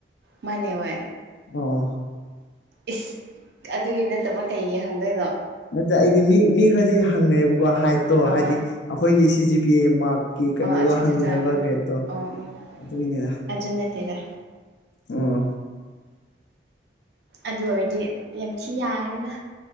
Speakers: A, on the right (about 65°); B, on the left (about 75°).
A: ꯃꯥꯟꯅꯦ ꯍꯣꯏ
B: ꯑꯣ
A: ꯏꯁ ꯑꯗꯨꯒꯤ ꯅꯠꯇꯕ ꯀꯩꯒꯤ ꯍꯪꯗꯣꯏꯅꯣ
B: ꯅꯠꯇꯦ ꯑꯩꯗꯤ ꯃꯤ ꯃꯤ ꯈꯔꯗꯤ ꯍꯪꯅꯩꯕꯀꯣ ꯍꯥꯏꯠꯇꯣ
A: ꯑꯥ
B: ꯍꯥꯏꯗꯤ ꯑꯩꯈꯣꯏꯒꯤ ꯁꯤ ꯖꯤ ꯄꯤ ꯑꯦ ꯃꯥꯔꯛ ꯀꯤ ꯀꯩꯅꯣꯗꯣ
A: ꯑꯥ ꯑꯠꯆꯥ
B: ꯍꯪꯅꯩꯕ
A: ꯆꯥ ꯆꯥ ꯎꯝ
B: ꯒ꯭ꯔꯦꯠꯇꯣ
A: ꯑꯥ ꯎꯝ
B: ꯑꯗꯨꯒꯤꯅꯤꯗ
A: ꯑꯗꯨ ꯅꯠꯇꯦꯗ
B: ꯑꯝ
A: ꯑꯗꯨ ꯑꯣꯏꯔꯗꯤ ꯌꯥꯝ ꯊꯤ ꯌꯥꯒꯅꯤꯅ